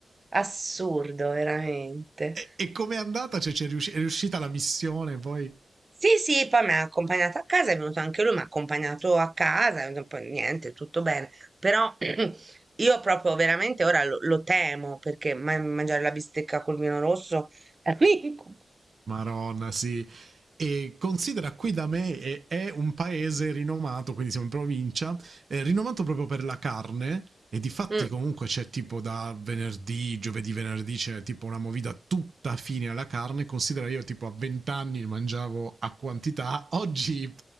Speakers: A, on the right (about 40°); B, on the right (about 65°).
A: assurdo veramente.
B: E, e com'è andata? Cioè, c'è riusci- è riuscita la missione poi?
A: Sì, sì, poi mi ha accompagnato a casa, è venuto anche lui, mi ha accompagnato a casa, e poi niente, tutto bene. Però <clears throat> io proprio veramente ora lo, lo temo perché ma- mangiare la bistecca col vino rosso è un incubo.
B: Maronna, sì. E considera qui da me è, è un paese rinomato, quindi siamo in provincia, è rinomato proprio per la carne. E di fatti
A: Mm.
B: comunque c'è tipo da venerdì, giovedì, venerdì c'è tipo una movida tutta fine alla carne. Considera io tipo a 20 anni mangiavo a quantità, oggi